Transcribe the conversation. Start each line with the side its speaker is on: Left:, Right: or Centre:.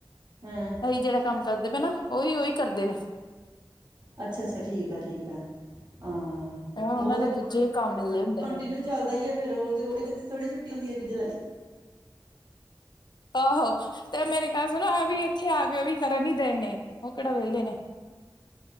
Right: ਹੈਂ
Left: ਅਹੀ ਜਿਹੜਾ ਕੰਮ ਕਰਦੇ ਹਨਾ ਉਹੀ ਉਹੀ ਕਰਦੇ ਨੇ
Right: ਅੱਛਾ ਅੱਛਾ ਠੀਕ ਆ ਠੀਕ ਆ ਹਾਂ
Left: ਉਹਨਾਂ
Right: ਉਹ ਤੇ
Left: ਨੇ
Right: ਕੰਟੀਨਿਊ
Left: ਦੂਜੇ ਕੰਮ ਮਿਲੇ ਹੁੰਦੇ ਨੇ।
Right: ਚੱਲਦਾ ਹੀ ਆ ਫਿਰ ਉਹ ਤੇ ਉਹ ਥੋੜੀ ਛੁੱਟੀ ਜੀਜੂ
Left: ਆਹੋ ਤੇ ਮੇਰੀ ਚਲੋ ਇਹ ਵੀ ਇੱਥੇ ਆ ਕੇ ਇਹ ਵੀ ਕਰਨ ਹੀ ਦਏ ਨੇ ਉਹ ਕਿਹੜਾ ਵਿਹਲੇ ਨੇ।